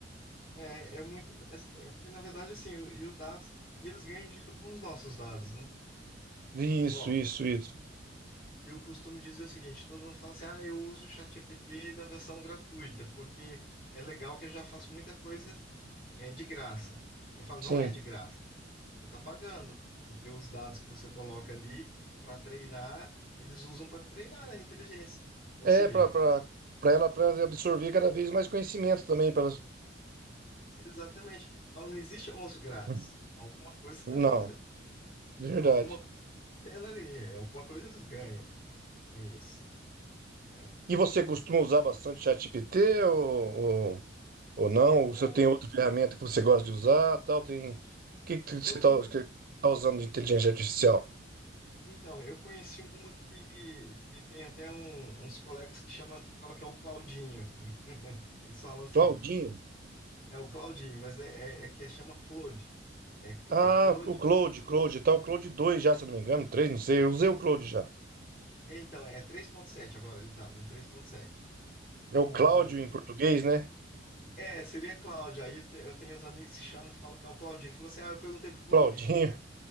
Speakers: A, on the left; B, on the right.
A: é, é muito. É, assim, é porque, na verdade, assim, o- e os dados, e eles ganham dinheiro com os nossos dados, né?
B: Isso,
A: Ó,
B: isso, isso.
A: eu costumo dizer o seguinte: todo mundo fala assim, ah, eu uso o ChatGPT na versão gratuita, porque é legal que eu já faço muita coisa é, de graça. Eu falo, não
B: Sim.
A: é de graça, você está pagando, porque os dados que você coloca ali para treinar, eles usam para treinar né, a inteligência. Ou
B: É,
A: seja,
B: para para ela, para ela absorver cada vez mais conhecimento também. Pra elas...
A: Exatamente. Fala, não existe almoço grátis.
B: <clears throat>
A: Alguma coisa está
B: Não,
A: acontecendo.
B: verdade.
A: Alguma coisa tendo ali. Alguma coisa eles ganham com isso, né?
B: E você costuma usar bastante ChatGPT ou, ou, ou não?
A: Eu,
B: Ou você tem outra ferramenta que você gosta de usar, tal? Tem... O que, que você
A: eu,
B: está usando de inteligência artificial?
A: então, eu conheci uma que, que tem até um- uns colegas que chama, que fala que é o Claudinho. Eles falam assim,
B: Claudinho?
A: é o Claudinho, mas é, é, é que é, chama Claude. É,
B: Ah,
A: é Claude.
B: o Claude, Claude, tá o Claude dois já, se eu não me engano, 3 não sei, eu usei o Claude já.
A: Então, é três ponto sete agora, ele tá no três ponto sete
B: É
A: O,
B: o Cláudio em português, né?
A: é, seria Cláudio. Aí te- eu tenho uns amigos que chamam, falam que é o Claudinho. Fala assim, ah, eu perguntei pro Claudinho.
B: Claudinho.